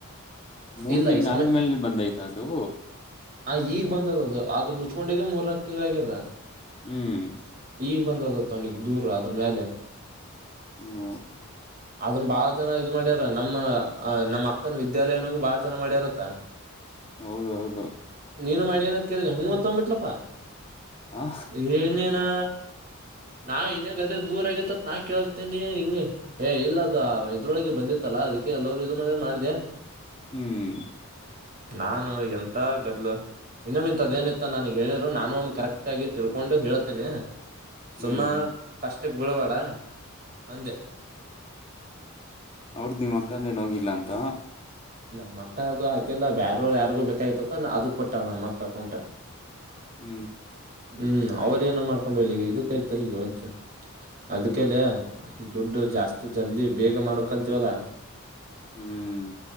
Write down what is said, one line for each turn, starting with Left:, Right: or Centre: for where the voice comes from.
Left: ಮೂರ್
Right: ಇಲ್ಲ
Left: ತಿಂಗ
Right: ಈ ಸಮಯ
Left: ಆದ್ಮೇಲೆ ಬಂದಯ್ತ ಅದು.
Right: ಆ ಈಗ್ ಬಂದದ ಅದ್ ಮುಚ್ಕೊಂಡ ಹೋಗೆ ಮೂರ್ ನಾಕ್ ತಿಂಗಳ ಆಗ್ಯದ.
Left: ಹ್ಮ್.
Right: ಈಗ ಬಂದದತ್ ಅವನಿಗೆ ದೂರ ಅದ್ರ ಮ್ಯಾಲೀ.
Left: ಹ್ಮ.
Right: ಅದನ್ ಬಾಳ ಜನ ಇದು ಮಾಡ್ಯಾರ ನಮ್ಮ ಅ ನಮ್ಮ್ ಅಕ್ಕನ ವಿದ್ಯಾಲಯನಗೂ ಬಾಳ ಜನ ಮಾಡ್ಯಾರತ್ತ.
Left: ಹೌದೌದು.
Right: ನೀನು ಮಾಡಿ ಏನತ್ ಕೇಳಿದ್ಯಾ ಹೂ ಅಂತ ಅಂದ್ ಬಿಟ್ಲಪ
Left: ಆ
Right: ಏ ನೀನನಾ. ನಾ ಇನ್ಯಾಗ ಅದೇ ದೂರ ಆಗ್ಯತ್ ಅತ್ ನಾ ಕೇಳಕ್ತನಿ ಹಿಂಗ ಹೇ ಇಲ್ಲದ. ಇದ್ರೊಳಗೆ ಬಂದಿತ್ತಲ್ಲ ಅದಕ್ಕೆಲ್ಲರು ಇದು ಮಾಡ ಮಾಡಿದ್ಯ.
Left: ಹ್ಮ್.
Right: ನಾನು ಎಂತಾ ಗದ್ಲ. ಇನ್ನೊಮ್ಮ ಇಂತದೇನಿತ್ತು ನನಗ ಹೇಳಿರು ನಾನು ಒಮೆ ಕರೆಕ್ಟ್ ಆಗಿ ತಿಳ್ಕೊಂಡು ಹೇಳ್ತೇನಾ. ಸುಮ್ಮ
Left: ಹ್ಮ್
Right: ಕಷ್ಟಕ ಬೀಳಬ್ಯಾಡ ಅಂದ.
Left: ಅವ್ರದು ನಿಮ್ಮ ಅಕ್ಕದೇನು ಹೋಗಿಲ್ಲಾ ಅಂತ.
Right: ನಮ್ಮ ಅಕ್ಕ ಅದು ಹಾಕಿಲ್ಲ ಬೇವರು ಯಾರಿಗು ಬೇಕಾಯತ್ತಂತ ಅದ ಕೊಟ್ಟಳ ನಮ್ಮ ಅಕ್ಕ ಅಕೌಂಟ್.
Left: ಹು
Right: ಹು ಅವರೇ ಏನೋ ಮಾಡ್ಕೊಂಡ್ ಹೊಲಿ ಈಗ ಇದಕ್ಕಾಯ್ತ ಅಲ್ಲಿ ಈಗ ವಜ್ಜ. ಅದ್ಕಲೆ ದುಡ್ಡು ಜಾಸ್ತಿ ಜಲ್ದಿ ಬೇಗ ಮಾಡ್ಬೇಕಂತೀವಲ್ಲ.
Left: ಹು